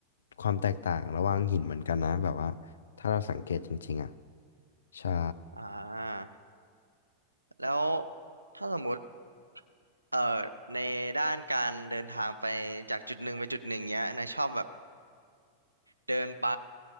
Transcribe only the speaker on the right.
อ่า แล้วถ้าสมมุติเอ่อในด้านการเดินทางไปจากจุดหนึ่งไปจุดหนึ่งเนี้ยนายชอบแบบเดินไป